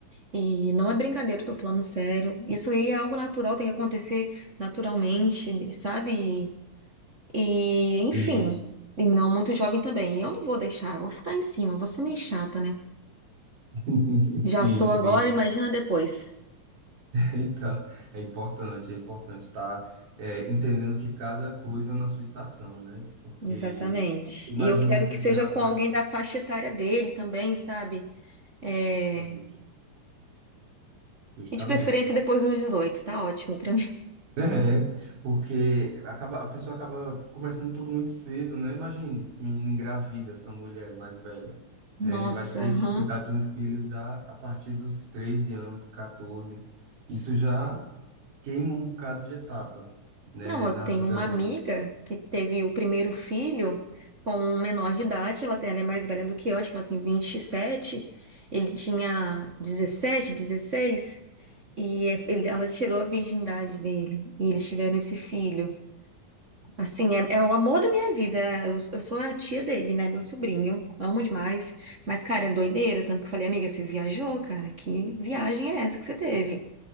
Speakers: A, on the right; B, on the right.
A: E não é brincadeira, eu tô falando sério. Isso aí é algo natural, tem que acontecer naturalmente, sabe? E, enfim,
B: Isso.
A: e não muito jovem também. E eu não vou deixar, vou ficar em cima, vou ser meio chata, né?
B: <laughs>
A: Já
B: Sim,
A: sou
B: sim.
A: agora, imagina depois.
B: Então, é importante, é importante estar é, entendendo que cada coisa na sua estação, né? Porque
A: Exatamente.
B: você imagina
A: E eu quero
B: se
A: que
B: esse
A: seja
B: rapaz,
A: com alguém da faixa etária dele também, sabe? É,
B: justo, justo, justamente,
A: E de preferência depois dos 18, tá ótimo pra mim.
B: <laughs> é, porque acaba, a pessoa acaba começando tudo muito cedo, né? Imagine esse menino engravida, essa mulher mais velha, né?
A: Nossa,
B: Ele vai ter
A: aham.
B: que cuidar de um filho já a partir dos 13 anos, 14. Isso já queima um bocado de etapa, né,
A: Não,
B: na
A: eu tenho
B: vida
A: uma
B: dele.
A: amiga que teve o primeiro filho com um menor de idade, ela, tem- ela é mais velha do que eu, acho que ela tem 27. ele tinha 17, 16. e é- ele- ela tirou a virgindade dele, e eles tiveram esse filho. Assim, é, é o amor da minha vida, é, eu, eu sou a tia dele, né, meu sobrinho, amo demais, mas, cara, é doideira, tanto que eu falei, amiga, você viajou, cara, que viagem é essa que você teve?